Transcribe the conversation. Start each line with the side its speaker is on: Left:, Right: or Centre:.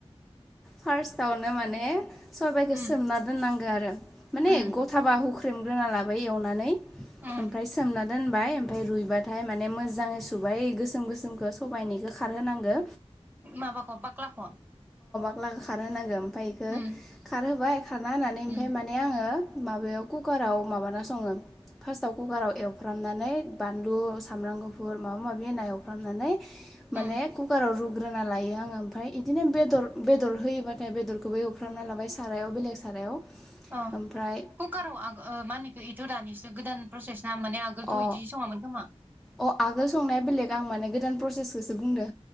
Centre: फार्स्टआवनो माने सबाइखौ
Right: उम
Centre: सोमना दोननांगो आरो माने
Right: उम
Centre: गथाबा हु ख्रेमग्रोना लाबाय एवनानै
Right: उम
Centre: ओमफ्राय सोमना दोनबाय ओमफ्राय रुइबाथाय माने मोजाङै सुबाय गोसोम गोसोमखौ सबायनिखौ खारहोनांगो।
Right: माबाखौ बाख्लाखौ?
Centre: ला खारहोनांगोन। ओमफाय इखो
Right: उम
Centre: खारहोबाय खारना होनानै ओमफ्राय
Right: उम
Centre: माने आङो माबायाव कुकाराव माबाना सङो फार्स्टआव खुखाराव एवफ्रामनानै बानलु सामब्राम गुफुर माबा माबि होना एवफ्रामनानै माने
Right: उम
Centre: खुखाराव रु ग्रोना लायो आङो ओमफाय इदिनो बेदर बेदर होयोबाथाय बेदरखौबो एवफ्रामना लाबाय सारायाव बेलेग सारायाव।
Right: अ
Centre: ओमफ्राय
Right: खुखाराव आं ओ मानिखौ इथ' रानि जे गोदान प्रसेस जा माने आगोलथ'
Centre: अ
Right: इदि सङामोन खोमा।
Centre: अ आगोल संनाया बेलेग आं माने गोदान प्रसेसखौसो बुंदो।